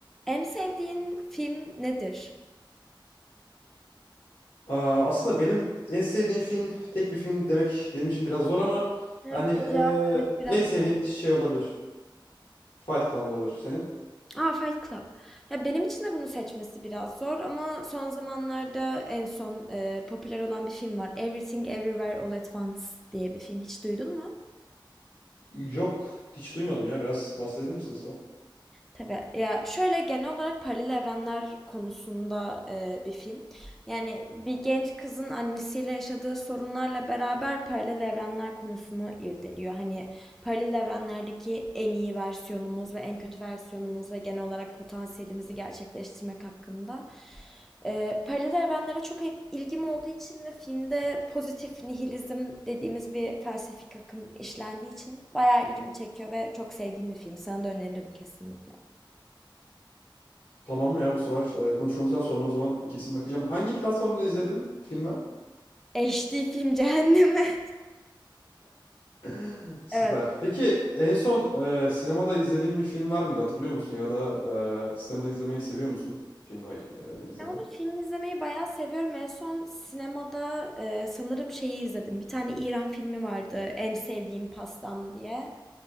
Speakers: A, in the centre; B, on the left (about 75°).
A: En sevdiğin film nedir?
B: Aa, aslında benim en sevdiğim film tek bir film demek benim için biraz zor ama
A: Evet,
B: yani eee,
A: bu cevap vermek biraz
B: en sevdiğim
A: zor.
B: şey olabilir. Fight Club olabilir senin.
A: Aa, Fight Club. Ya benim için de bunu seçmesi biraz zor ama son zamanlarda en son e, popüler olan bir film var. Everything Everywhere All at Once diye bir film. Hiç duydun mu?
B: Yok hiç duymadım ya biraz bahsedebilir misin Sıla?
A: Tabii. Ya şöyle genel olarak paralel evrenler konusunda e, bir film. Yani bir genç kızın annesiyle yaşadığı sorunlarla beraber paralel evrenler konusunu irdeliyor. Hani paralel evrenlerdeki en iyi versiyonumuz ve en kötü versiyonumuz ve genel olarak potansiyelimizi gerçekleştirmek hakkında. E, paralel evrenlere çok ilgim olduğu için ve filmde pozitif nihilizm dediğimiz bir felsefik akım işlendiği için bayağı ilgimi çekiyor ve çok sevdiğim bir film. Sana da öneririm kesinlikle.
B: Tamam mı ya bu sefer e, konuşmamızdan sonra o zaman kesin bakacağım. Hangi platformda izledin filmi?
A: HD film cehennemi. <laughs>
B: <laughs> Süper.
A: Evet.
B: Peki en son e, sinemada izlediğin bir film var mıydı hatırlıyor musun? Ya da e, sinemada izlemeyi seviyor musun? Filmi e, izlemeyi.
A: Sinemada film izlemeyi bayağı seviyorum. En son sinemada e, sanırım şeyi izledim. Bir tane İran filmi vardı. En sevdiğim pastam diye.